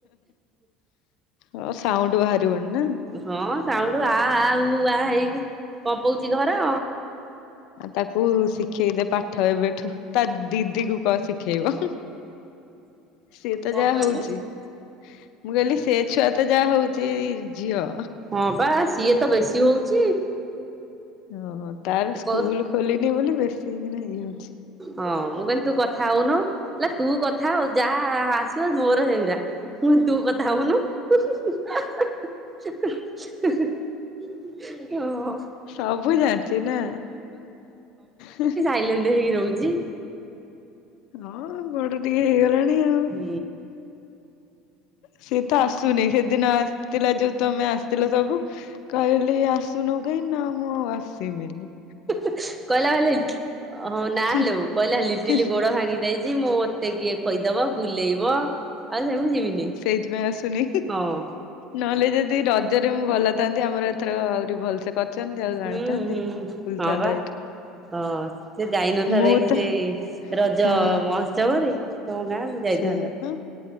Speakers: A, on the left (about 65°); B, on the right (about 20°).
A: ହ ସାଉଣ୍ଡ ବାହାରିବଣି ନା।
B: ହଁ ସାଉଣ୍ଡୁ ଆ ଆ ଉ ଆ ହେଇକି କମ୍ପଉଛି ଘର।
A: ତାକୁ ଶିଖେଇ ଦେ ପାଠ ଏବେଠୁ ତା ଦିଦି କୁ କହ ଶିଖେଇବ ସିଏ ତ
B: କଣ
A: ଯାହା
B: କହିଲୁ?
A: ହଉଛି। ମୁଁ କହିଲି ସେ ଛୁଆ ତ ଯାହା ହଉଚି ଝିଅ।
B: ହଁ ପା ସିଏ ତ ବେଶୀ ହଉଚି।
A: ଓହୋ ତାର ସ୍କୁଲ
B: ହଁ
A: ଖୋଲିନି ବୋଲି ବେଶୀ କିନା ଇଏ ହଉଛି।
B: ହଁ ମୁଁ କହିନି ତୁ କଥା ହଉନୁ। କହିଲା ତୁ କଥା ହୋ ଯାହା ଆସିବ ମୋର ହେଗୁରା। ମୁଁ କହିଲି ତୁ କଥା ହଉନୁ ହୁଁ ହୁଁ ହା ହା। <unintelligible> ହଁ।
A: ସବୁ ଜାଣିଚୁ ନା ହୁଁ -ହୁଁ।
B: ସାଇଲେଣ୍ଟେ ହେଇକି ରହୁଚି।
A: ହଁ ବଡ ଟିକେ ହେଇଗଲାଣି ଆଉ।
B: ହୁଁ।
A: ସିଏ ତ ଆସୁନି ସେଦିନ ଆସିଥିଲା ଯଉ ତମେ ଆସିଥିଲ ସବୁ କହିଲି ଆସ୍ ତୁ ନଗେଇନା ମୁଁ ଆଉ ଆସିବିନି।
B: କହିଲା କହି- ହଁ- ନା
A: ହୁଁ
B: ଲୋ କହିଲା ଲିଟିଲି
A: ହୁଁ
B: ଗୋଡ ଭାଙ୍ଗି ଯାଇଚି। ଚି ମତେ କିଏ ଖଇଦବ ବୁଲେଇବ ଆଉ ସେମିତି ଯିବିନି।
A: ସେଇଥିପାଇଁ ଆସୁନି
B: ହଁ
A: ନହେଲେ ଯଦି ର ରଜରେ ମୁଁ ଭଲ ଥାନ୍ତି ଆମର ଏଥର ଆହୁରି ଭଲ୍ ସେ କରିଚନ୍ତି ଆଉ।
B: ହୁଁ-
A: ଜାଣିଥାନ୍ତି।
B: ହୁଁ-
A: ବୁଲିଥାନ୍ତା
B: ହଁ ବା।
A: ଏଇଠି
B: ହଁ ସେ ଯାଇନଥାନ୍ତା
A: ମୁଁ
B: କି
A: ତ
B: ସେ ରଜ
A: ହଁ
B: ମହୋତ୍ସବରେ? ତମ ଗାଁକୁ। ଯାଇଥାନ୍ତା।
A: ସେଇଆ ପା